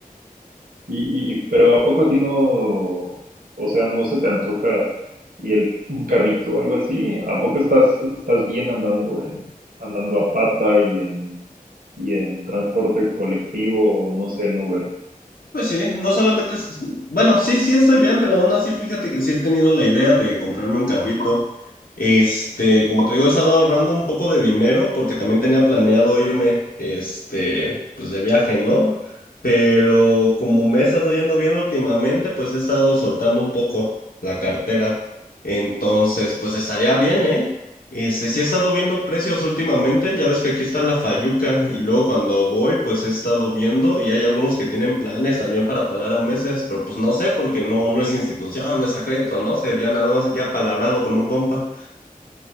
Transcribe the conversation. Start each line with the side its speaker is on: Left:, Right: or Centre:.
Right: Y, y, pero ¿a poco a ti no, o sea, no se te antoja y el, un carrito o algo así? ¿A poco estás, estás bien andando en, andando a pata y en, y en transporte colectivo, no sé, en Uber?
Left: Pues sí, no solamente es... Bueno, sí, sí estoy bien, pero aún así fíjate que sí he tenido la idea de comprarme un carrito. Este, como te digo, he estado ahorrando un poco de dinero porque también tenía planeado irme, este, pues de viaje, ¿no? Pero como me he estado yendo bien últimamente, pues he estado soltando un poco la cartera. Entonces, pues estaría bien, ¿eh? Este, sí he estado viendo precios últimamente, ya ves que aquí está la Fayuca y luego cuando voy pues he estado viendo y hay algunos que tienen planes también para pagar a meses, pero pues no sé porque no, no es institución, no es a crédito, ¿no? Sería nada más aquí apalabrado con un compa